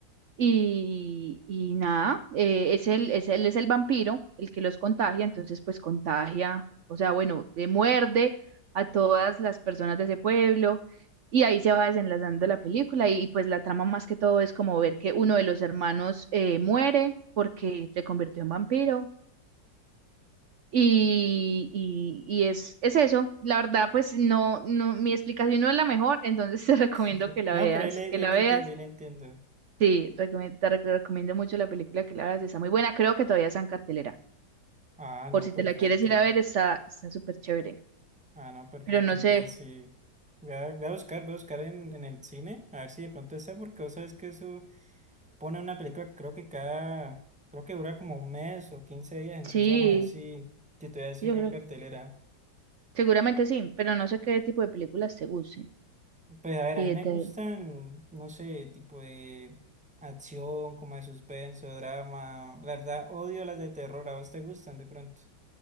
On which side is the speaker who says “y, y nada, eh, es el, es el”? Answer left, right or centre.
Right